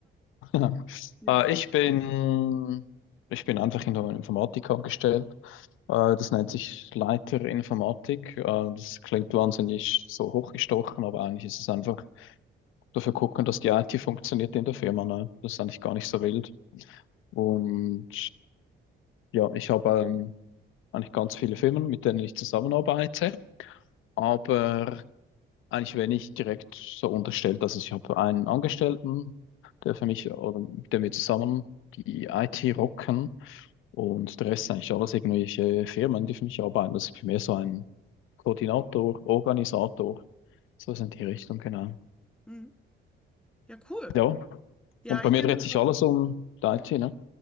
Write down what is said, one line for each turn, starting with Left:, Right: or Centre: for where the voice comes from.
Left: <laughs>
Centre: hier
Left: Äh,
Centre: bist?
Left: ich bin, ich bin einfach in der Informatik angestellt. Äh, das nennt sich Leiter Informatik. Äh, das klingt wahnsinnig so hochgestochen, aber eigentlich ist es einfach dafür gucken, dass die IT funktioniert in der Firma. Ne? Das ist eigentlich gar nicht so wild. Und ja, ich habe ähm, eigentlich ganz viele Firmen, mit denen ich zusammenarbeite. Aber eigentlich werde ich direkt so unterstellt, dass ich habe einen Angestellten, der für mich oder mit dem wir zusammen die IT rocken und der Rest sind eigentlich alles irgendwelche Firmen, die für mich arbeiten. Das ist für mich so ein Koordinator, Organisator, so sind die Richtung, genau.
Centre: Mhm. Ja, cool.
Left: Ja,
Centre: Ja,
Left: und
Centre: ich
Left: bei mir
Centre: kenne
Left: dreht
Centre: das
Left: sich
Centre: auch.
Left: alles
Centre: so.
Left: um die IT,
Centre: Hm?
Left: ne?